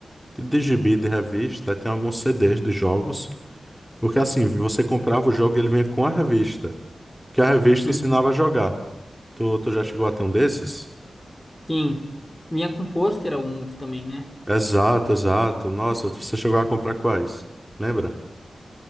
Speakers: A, in the centre; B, on the left.
A: de de gibi de revista, aí tem alguns CDs de jogos, porque assim, você comprava o jogo e ele vinha com a revista, que a revista
B: Hum,
A: ensinava
B: e
A: a jogar. Tu, tu já chegou a ter um desses?
B: Quem vinha com pôster alguns também, né?
A: Exato, exato. Nossa, você chegou a comprar quais? Lembra?